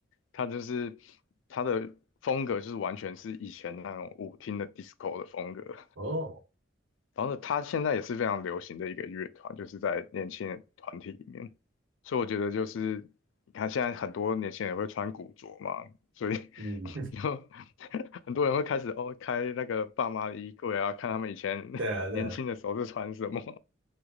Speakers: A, on the left (about 80°); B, on the right (about 80°).
A: 它就是它的风格就是完全是以前那种舞厅的 disco 的风格，
B: 哦，
A: 然后呢，它现在也是非常流行的一个乐团，就是在年轻人团体里面。所以我觉得就是，你看现在很多年轻人会穿古着嘛，所以
B: 嗯，
A: <laughs> 以后 <laughs> 很多人会开始哦开那个爸妈的衣柜啊，看他们以前 <laughs>
B: 对啊，对啊，
A: 年轻的时候是穿什么